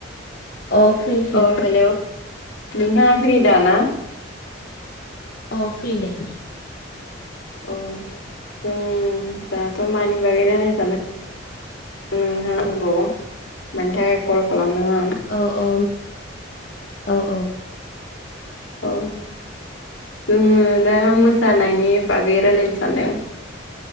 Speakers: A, on the left (about 50°); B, on the left (about 75°).
A: औ फ्रि फ्रि
B: औ हेलौ नोंथाङा फ्रि दा ना?
A: अ फ्रि दे।
B: अ उम दाथ' मानि बागै रायलायनो सान <unintelligible> मानि थाखाय कल खालामदों आं
A: औ औ औ औ
B: औ जोङो दा मोसानायनि बागै रायलायनो सानदों।